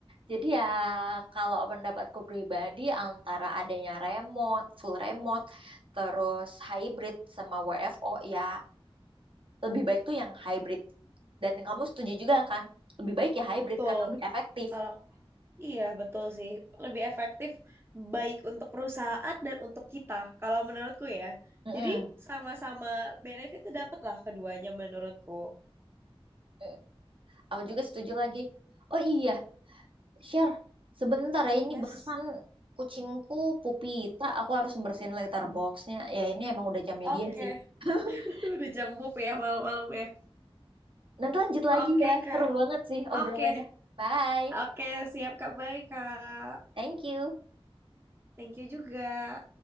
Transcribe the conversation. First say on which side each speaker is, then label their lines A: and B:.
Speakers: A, on the right (about 60°); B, on the right (about 25°).
A: Jadi ya kalau pendapatku pribadi antara adanya remote, full remote, terus hybrid sama WFO ya lebih baik tuh yang hybrid. Dan kamu setuju juga kan? Lebih baik ya hybrid
B: Betul.
A: karena lebih efektif.
B: kalau Iya, betul sih. Lebih efektif baik untuk perusahaan dan untuk kita, kalau menurutku ya.
A: Mm-mm.
B: Jadi sama-sama benefitnya dapat lah keduanya menurutku.
A: Mm-mm. Aku juga setuju lagi. Oh iya, Share, sebentar ya ini
B: Yes.
A: barusan kucingku Pupita, aku harus bersihin letterboxnya. Ya ini emang udah jamnya
B: Oke.
A: dia sih. <laughs>
B: <laughs> Udah jam bub ya malam-malam ya.
A: Nanti lanjut lagi
B: Oke,
A: ya,
B: Kak.
A: seru banget sih
B: Oke.
A: obrolannya. Bye,
B: Oke, siap Kak. Baik, Kak.
A: thank you.
B: Thank you juga.